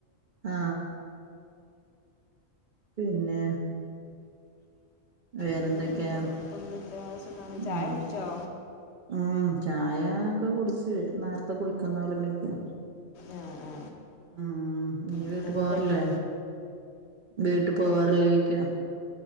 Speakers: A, on the right; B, on the left.
A: ആ പിന്നെ വേറെന്തൊക്കെയാ
B: പിന്നെന്താ കൊഴപ്പൊന്നുല്ല സുഖാണ്
A: ഉം
B: ചായുടിച്ചോ
A: ഉം ചായ ഒക്കെ കുടിച്ച് നേരത്തെ കുടിക്കും നാല് മണിക്ക്
B: ആ ആ
A: ഉം നീ വീട്ട്
B: എന്തെന്ന്
A: പോവാറില്ലേ
B: കടി
A: വീട്ട് പോവാറില്ലേ ചോയ്ക്കാ